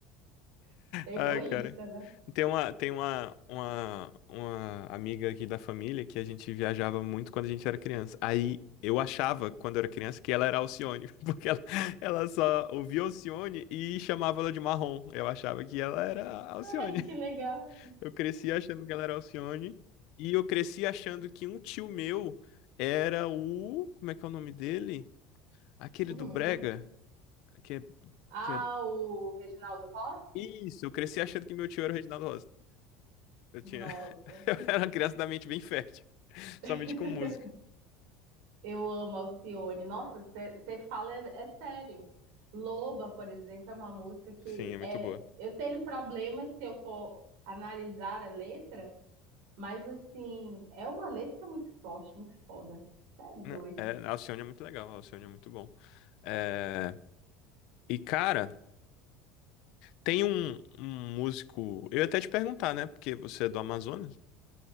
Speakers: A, on the right; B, on the left.
A: <laughs> Egoísta,
B: Ai, cara.
A: né?
B: Tem uma, tem uma, uma, uma amiga aqui da família que a gente viajava muito quando a gente era criança. Aí eu achava, quando eu era criança, que ela era Alcione, <laughs> porque ela, ela só ouvia Alcione e chamava ela de Marrom. Eu achava que ela era Alcione.
A: Ai, que
B: <laughs>
A: legal.
B: Eu cresci achando que ela era Alcione. E eu cresci achando que um tio meu era o. Como é que é o nome dele? Aquele
A: <laughs>
B: do Brega, que é,
A: Ah,
B: que é
A: o Reginaldo Rossi?
B: Isso, eu cresci achando que meu tio era o Reginaldo Rossi. Eu tinha,
A: Nossa,
B: <laughs> eu era uma criança da mente bem fértil, somente
A: <laughs>
B: com música.
A: eu amo Alcione. Nossa, você fala é, é sério. Loba, por exemplo, é uma música que
B: Sim, é muito
A: é.
B: boa.
A: Eu tenho problemas se eu for analisar a letra, mas assim, é uma letra muito forte, muito foda. Cê É doido.
B: Não, é, a Alcione é muito legal, a Alcione é muito bom. É, e cara, tem um, um músico, eu ia até te perguntar, né, porque você é do Amazonas.